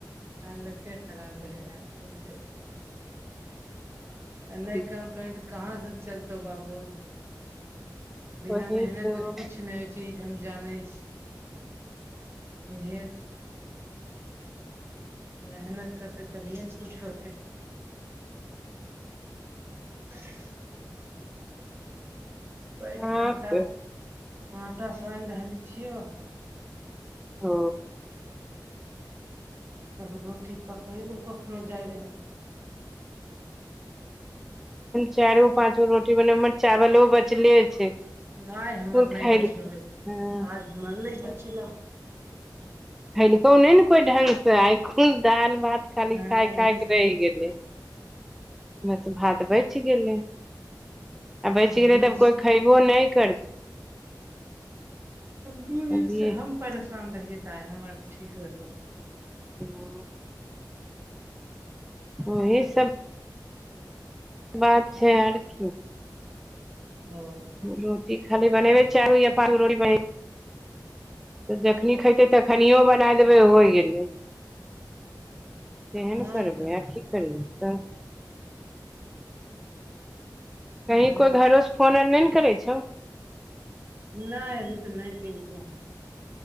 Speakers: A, on the right; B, in the centre.
A: हालते खराब रहे कूछ देर आ
B: रखी
A: नहि काम करी तऽ कहा से चलतौ बाबू बिना
B: वही
A: मेहनत
B: तो
A: के कुछ नहि होइ छै। से हम जानै छी भेज मेहनत कऽ तभिए ने कुछ होतै ह बैठ
B: हँ
A: कऽ
B: तऽ
A: आटा सान रहली छियो
B: ओ
A: तब रोटी पकेबो कखनो जाय
B: चार पाच गो रोटी बनेब हमर चावलो बचले छै
A: नहि हमर
B: कुल
A: नहि
B: खैलकै
A: बचलो रे
B: हँ
A: आज हमर नहि बचलो।
B: खेलकौ नहि ने कोई ढंग सँ आ कून दालि भात खाली
A: हँ
B: खाय
A: उहे
B: खाय
A: से
B: के रहि
A: बचिये
B: गेलै बस भात बचि गेलै आ बेचि
A: हम
B: गेलय
A: दू
B: तऽ
A: दिन
B: आब कोइ खयबो नहि करतै
A: दू दिन
B: अभी
A: से हम परेशान रहियै तऽ आइ हमर ठीक रहलहूँ
B: <unintelligible> ओहे सभ। बात छै आर कि
A: ओ।
B: रोटी खाली बनेबै चैर गो या पाँच गो रोटी बनेबई तऽ जखनि खयतै तखनियो बनाय देबै होइ गेलै। कि
A: हँ
B: करिबिही
A: तब आर की
B: त कही
A: हँ
B: कोई घरो से फोन आर नहि ने करै छै।
A: नहि अभी तऽ नहि केलको हैं